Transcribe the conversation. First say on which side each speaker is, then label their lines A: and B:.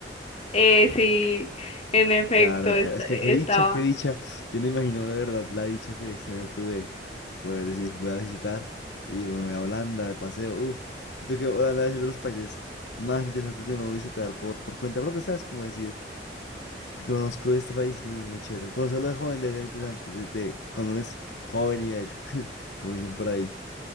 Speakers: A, on the left (about 35°); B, on the left (about 80°).
A: eh, sí, en efecto,
B: Claro,
A: es-
B: claro. Es que qué
A: estaba.
B: dicha, qué dicha. Yo no imagino de verdad la dicha que es tener tú de poder decir, voy a visitar y me voy a Holanda de paseo. Uf, yo creo que Holanda debe ser de los países más interesantes de uno visitar por, por cuenta propia, ¿sabes? Como decir, conozco este país muy, muy chévere. Conocerlo de joven debe ser interesante, de, de cuando uno es joven y bello, <laughs> como dicen por ahí.